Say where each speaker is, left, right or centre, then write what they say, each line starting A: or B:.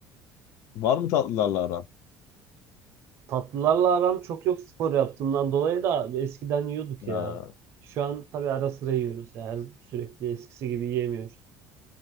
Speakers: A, on the left (about 55°); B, on the right (about 45°).
A: Var mı tatlılarla aran?
B: Tatlılarla aram çok yok spor yaptığımdan dolayı da eskiden yiyorduk ya.
A: Ha.
B: Şu an tabii ara sıra yiyoruz. ya. Her sürekli eskisi gibi yiyemiyoruz.